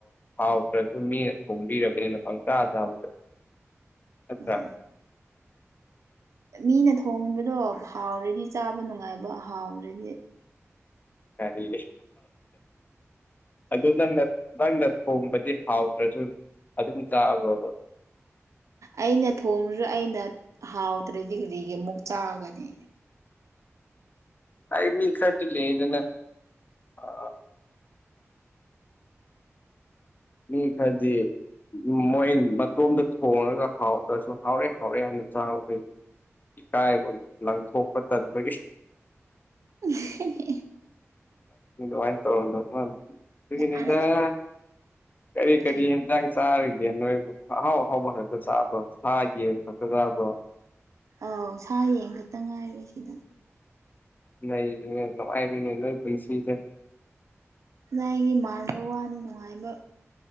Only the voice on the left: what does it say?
ꯍꯥꯎꯗ꯭ꯔꯁꯨ ꯃꯤꯅ ꯊꯣꯡꯕꯤꯔꯝ ꯄꯪꯈꯥ ꯑꯥꯕꯗꯨ
ꯑꯆꯥ
ꯑꯔꯤ ꯑꯗꯨ ꯅꯠ ꯅꯠ ꯊꯣꯡꯕꯗꯤ ꯍꯥꯎꯗ꯭ꯔꯁꯨ ꯑꯗꯨꯝ ꯇꯥꯛꯑꯕ꯭ꯔꯣꯕ
ꯑꯅꯤ ꯀꯇꯦ ꯏꯗꯟꯅ ꯑ ꯃꯤ ꯈꯗꯤ ꯃꯣꯏ ꯃꯇꯣꯝꯗ ꯊꯣꯡꯉꯒ ꯍꯥꯎꯗ꯭ꯔꯁꯨ ꯍꯥꯎꯔꯦ ꯍꯥꯎꯔꯦ ꯍꯥꯏꯅ ꯆꯥꯕꯈ ꯀꯥꯏ ꯂꯪꯊꯣ ꯇ ꯃ
ꯋꯥꯏ ꯇꯔꯗꯣ ꯎꯅꯦꯗ
ꯀꯔꯤ
ꯀꯔꯤ ꯍꯖꯪ ꯁꯥꯔ ꯌꯦ ꯅꯣꯏ ꯑꯍꯥꯎ ꯑꯍꯥꯎꯕ ꯈꯛꯇ ꯆꯥꯕ ꯁꯥ ꯌꯦꯟ ꯈꯛꯇ ꯆꯥꯕ
ꯅ ꯂꯅꯨꯡꯉꯥꯏꯔꯨꯅꯦ ꯂꯣꯏ ꯄꯨꯟꯁꯤꯗꯦ